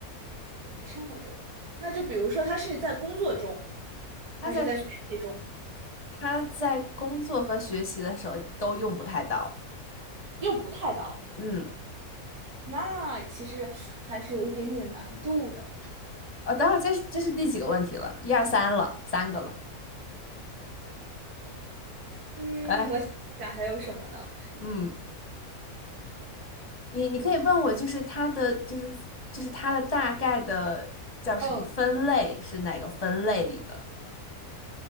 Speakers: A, on the right; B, on the left.
A: 生活中，那就比如说他是在工作中，还是在学习中，
B: 他在他在工作和学习的时候都用不太到。
A: 用不太到，
B: 嗯，
A: 那其实还是有一点点难度的。
B: 哦，等会儿这是这是第几个问题了？一二三了，三个了。
A: 嗯，
B: 来，
A: 我想想还有什么呢？
B: 嗯，你你可以问我，就是它的就是就是它的大概的叫什么分类是哪个分类里的
A: 嗯，